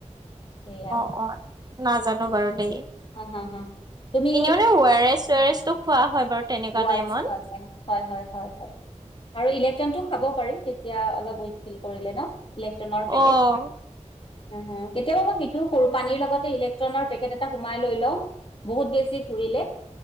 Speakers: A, on the left; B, on the right.
A: সেয়া
B: অহ -অহ নাজানো বাৰু দেই।
A: হা- হা- হা তুমি
B: এনে মানে ৱেৰেছ - চুৱেৰেছ টো খোৱা হয় বাৰু তেনেকুৱা
A: উৱাৰেছ
B: টাইমত
A: খোৱা যাই হয় -হয়- হয় -হয়। আৰু ইলেক্ট্ৰনটো খাব পাৰি তেতিয়া অলপ উইক ফিল কৰিলে ন',? ইলেক্ট্ৰনৰ
B: উম
A: পেকেট। হ- হ কেতিয়াবা মই সেইটোও কৰোঁ পানীৰ লগতে এই ইলেক্ট্ৰনৰ পেকেট এটা সোমাই লৈ লও বহুত বেছি দিলে